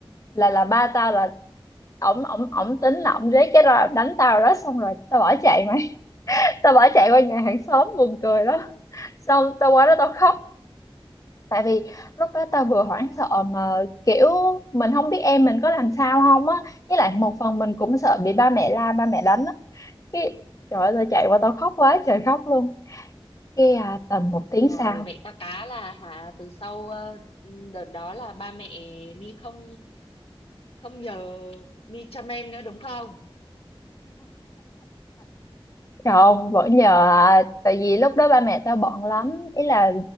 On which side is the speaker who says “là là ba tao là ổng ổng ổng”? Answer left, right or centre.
Left